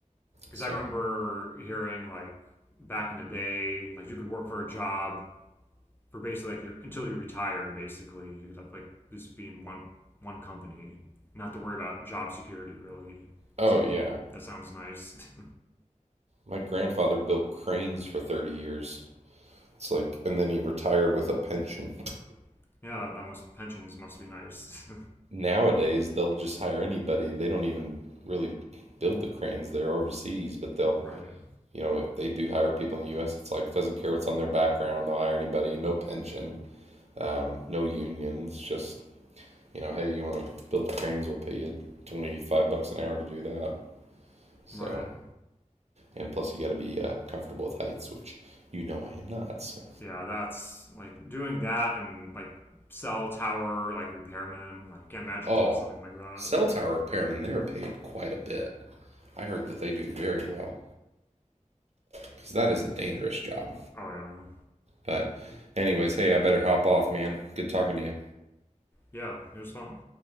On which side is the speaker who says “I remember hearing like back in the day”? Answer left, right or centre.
Left